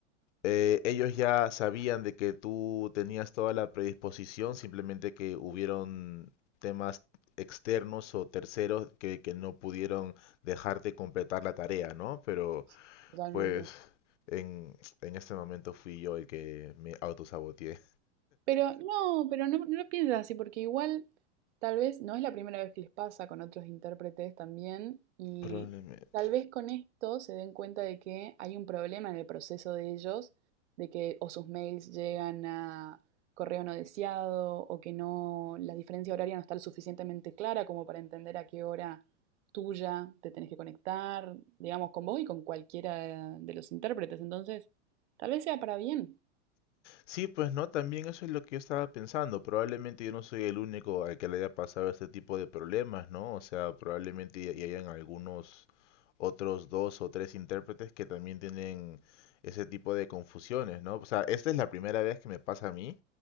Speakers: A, on the left; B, on the right.
A: eh, ellos ya sabían de que tú tenías toda la predisposición, simplemente que hubieron temas externos o terceros que, que no pudieron dejarte completar la tarea, ¿no? Pero
B: Sí, Totalmente.
A: pues en, en este momento fui yo el que me autosaboteé.
B: Pero no, pero no, no lo piensas así, porque igual tal vez no es la primera vez que les pasa con otros intérpretes también, y
A: <laughs> Probablemente.
B: tal vez con esto se den cuenta de que hay un problema en el proceso de ellos, de que o sus mails llegan a correo no deseado, o que no, la diferencia horaria no está lo suficientemente clara como para entender a qué hora tuya te tenés que conectar, digamos, con vos y con cualquiera de los intérpretes. Entonces, tal vez sea para bien.
A: Sí, pues no, también eso es lo que yo estaba pensando. Probablemente yo no soy el único al que le haya pasado este tipo de problemas, ¿no? O sea, probablemente y y hayan algunos otros dos o tres intérpretes que también tienen ese tipo de confusiones, ¿no? O sea, esta es la primera vez que me pasa a mí,